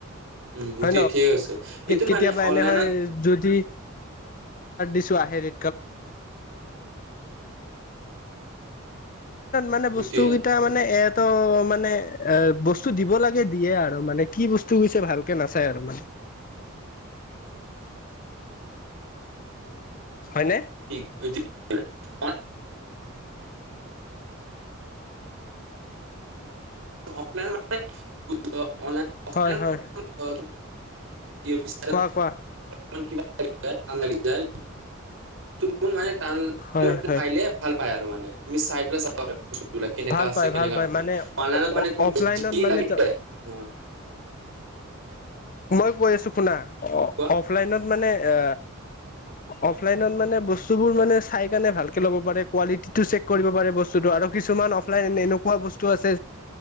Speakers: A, on the right (about 65°); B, on the left (about 40°).
A: উম,
B: হয়
A: সেইটোৱে
B: ন
A: ঠিক আছে। এইটো
B: কেতিয়াবা
A: মানে
B: এনে।
A: অনলাইনত
B: হাড ইচু আহে ৰে। মানে
A: এইটোৱে
B: বস্তু কেইটা মানে এটো মানে। এ। বস্তু দিব লাগে দিয়ে আৰু মানে কি বস্তু গছে ভালকে নাচাই আৰু মানে। হয়নে
A: ঠিক। <unintelligible> অনলাইন।
B: হয় হয়
A: বিচতমান
B: কোৱা কোৱা
A: কিমান <unintelligible> অন লাগি যায়। মোৰ মানে। টানানে
B: হয় হয়
A: পাইলে ভাল পায় আৰু মানে। তুমি চাই পেলাই চাব পাৰি। বস্তুিলাক কেনেকা
B: ভাল
A: আছে
B: পায়
A: কেনেকা
B: ভাল পায়
A: নহয়
B: মানে
A: অনলাইনত মানে তুমি
B: অফলাইনত
A: যি
B: মানে
A: লাগিল অ।
B: মই কৈ আছো শুনা। অ
A: কোৱা
B: অফলাইনত। মানে আ অফলাইন মানে বস্তুবোৰ মানে চাইকিনে ভাল কে ল'ব পাৰে চেক কৰিব পাৰে আৰু কিছুমান এনেকুৱা বস্তু আছে